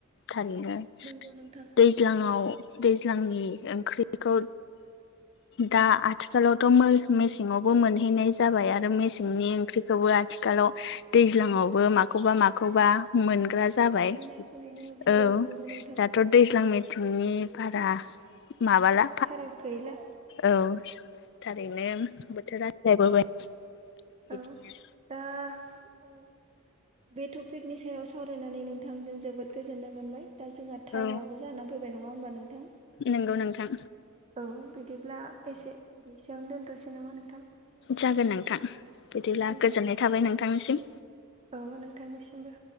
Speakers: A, on the left (about 55°); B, on the right (about 30°).
A: थारैनो
B: नंगौ नोंथां
A: दैज्लाङाव दैज्लांनि ओंख्रिखौ दा आथिखालावथ' मेसेङावबो मोनहैनाय जाबाय आरो मेसेंनि ओंख्रि बेखौबो आथिखालाव दैज्लाङावबो माखौबा माखौबा मोनग्रा जाबाय
B: मोननायखौ नुनो मोनसै
A: औ
B: नंगौ नोंथां
A: दाथ' दैज्लां मिथिंनि बारा माबाला
B: फाराग गैला
A: औ थारैनो बोथोरा सोलायबोबाय बिदिनो
B: औ दा औ बे टपिकनि सायाव सावरायनानै नोंथांजों जोबोद गोजोननाय मोनबाय दा जोंहा टाइमाबो
A: औ
B: जानानै फैबाय नङा होमबा नोंथां
A: नंगौ नोंथां
B: औ बिदिब्ला एसे बेसेयावनो दोनथ'सै नामा नोंथां
A: जागोन नोंथां बिदिब्ला गोजोननाय
B: दे
A: थाबाय नोंथांनिसिम
B: औ नोंथांनिसिमबो